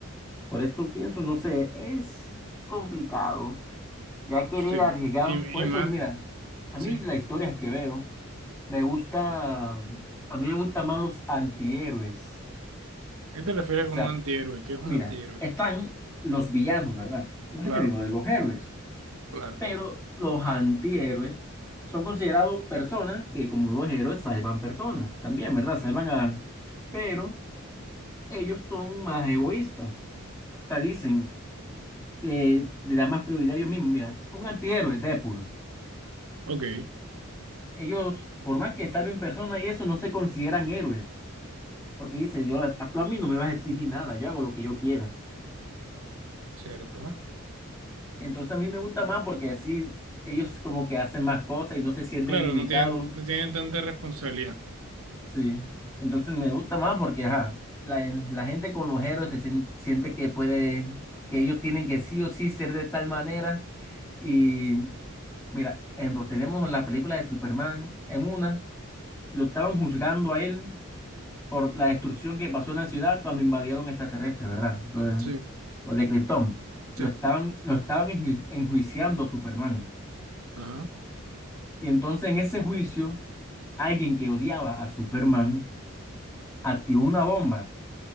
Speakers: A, in the centre; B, on the right (about 85°).
A: Por eso pienso, no sé, es complicado. Ya querer
B: Sí,
A: arriesgar.
B: y,
A: Por
B: y más,
A: eso, mira, a
B: sí.
A: mí las historias que veo, me gusta, a mí me gustan más los antihéroes.
B: qué te refieres
A: O
B: con
A: sea,
B: un antihéroe? ¿Qué es un
A: mira,
B: antihéroe?
A: están los villanos, ¿verdad? Los
B: Claro,
A: enemigos de los héroes.
B: claro.
A: Pero los antihéroes son considerados personas que, como los héroes, salvan personas también, ¿verdad? Salvan a... Pero ellos son más egoístas. O sea, dicen que le da más prioridad a ellos mismos. Mira, un antihéroe, Deadpool.
B: Ok,
A: Ellos, por más que salven personas y eso, no se consideran héroes. Porque dice, yo, a tú a mí no me vas a exigir nada, yo hago lo que yo quiera.
B: cierto.
A: Entonces a mí me gusta más porque así ellos como que hacen más cosas y no se sienten
B: Claro,
A: limitados
B: no tienen, no tienen tanta responsabilidad.
A: Sí, entonces me gusta más porque ajá, la, la gente con los héroes se sien- siente que puede, que ellos tienen que sí o sí ser de tal manera. Y mira, ejemplo, tenemos la película de Superman en una, lo estaban juzgando a él por la destrucción que pasó en la ciudad cuando invadieron extraterrestres, ¿verdad? Lo, de-
B: Sí,
A: lo de Krypton. Lo
B: sí.
A: estaban, lo estaban enju- enjuiciando a Superman.
B: Ajá,
A: Y entonces en ese juicio, alguien que odiaba a Superman activó una bomba